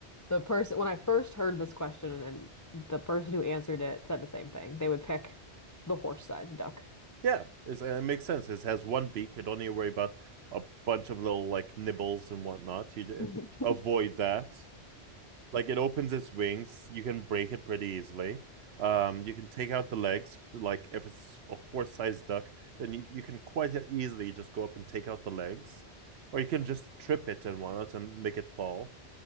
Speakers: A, on the left (about 30°); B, on the right (about 75°).
A: the person, when I first heard this question and the person who answered it said the same thing. They would pick the horse-sized duck.
B: Yeah, it's, it makes sense. It has one beak. You don't need to worry about a bunch of little like nibbles and whatnot. You just
A: <laughs>
B: avoid that. Like it opens its wings. You can break it pretty easily. Um, you can take out the legs. Like if it's a horse-sized duck, then you, you can quite easily just go up and take out the legs, or you can just trip it and whatnot and make it fall.